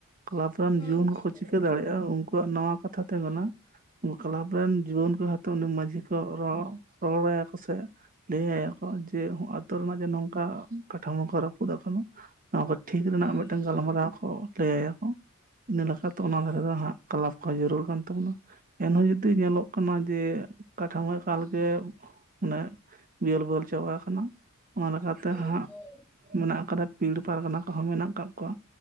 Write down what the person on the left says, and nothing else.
ᱦᱳᱭ
ᱦᱳᱭ ᱦᱳᱭ
ᱦᱳᱭ
ᱦᱳᱭ
ᱦᱳᱭ
ᱦᱳᱭ